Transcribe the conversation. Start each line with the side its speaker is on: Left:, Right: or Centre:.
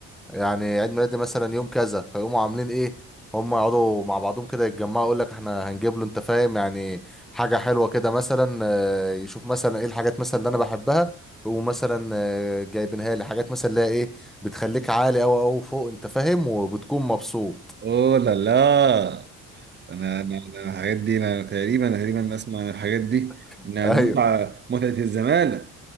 Centre: يعني عيد ميلادي مثلا يوم كذا فيقوموا عاملين ايه هم يقعدوا مع بعضهم كده يتجمعوا يقول لك احنا هنجيب له انت فاهم يعني حاجه حلوه كده مثلا آه، يشوف مثلا ايه الحاجات مثلا اللي انا بحبها ومثلا آه، جايبينها لي حاجات مثلا اللي هي ايه بتخليك عالي او او فوق انت فاهم وبتكون مبسوط
Right: اوه لا لا انا انا انا الحاجات دي انا تقريبا تقريبا اسمع عن الحاجات دي
Centre: <laughs>
Right: انها
Centre: ايوه
Right: المتعه متعه الزمالة